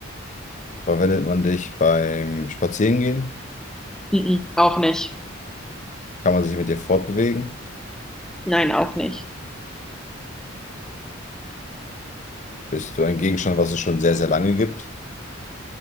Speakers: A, on the left (about 35°); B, in the centre.
A: Verwendet man dich beim Spazierengehen?
B: Mhm. Auch nicht.
A: Kann man sich mit dir fortbewegen?
B: Nein, auch nicht.
A: Bist du ein Gegenstand, was es schon sehr, sehr lange gibt?